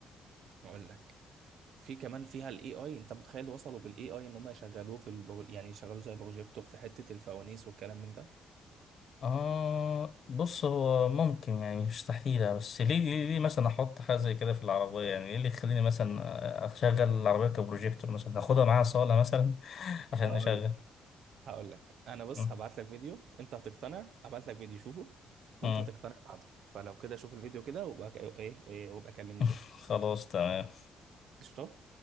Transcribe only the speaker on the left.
اه بص هو ممكن يعني مش مستحيلة بس ليه ليه ليه مثلا احط حاجة زي كده في العربية يعني ايه اللي يخليني مثلا آه، اشغل العربية كبروجيكتور مثلا اخدها معايا صالة مثلا <laughs> عشان
اشغل
مم.
مم.
<laughs>
خلاص تمام